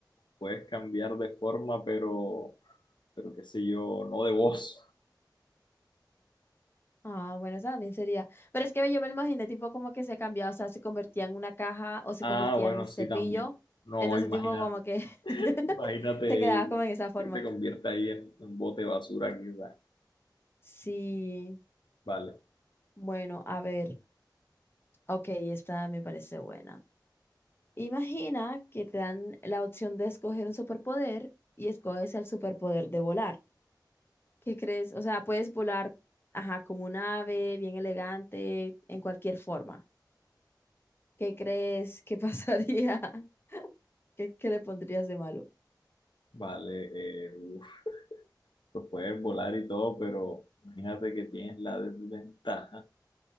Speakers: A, on the left (about 85°); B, on the left (about 30°).
A: puedes cambiar de forma, pero, pero qué sé yo, no de voz.
B: Ah, bueno, esa también sería. Pero es que yo me lo imaginé tipo como que se cambiaba, o sea, se convertía en una caja o se
A: Ah,
B: convertía
A: bueno,
B: en un cepillo.
A: sí, también. No,
B: Entonces,
A: imagínate.
B: tipo como que <laughs>
A: Imagínate
B: te quedabas como en esa forma.
A: que te convierta ahí en un bote de basura aquí, va.
B: Sí,
A: Vale,
B: bueno, a ver. Ok, esta me parece buena. Imagina que te dan la opción de escoger un superpoder y escoges el superpoder de volar. ¿Qué crees? O sea, puedes volar, ajá, como un ave, bien elegante, en cualquier forma. ¿Qué crees que pasaría? <laughs> ¿Qué, qué le pondrías de malo?
A: vale. eh, uf, pues puedes volar y todo, pero imagínate que tienes la desventaja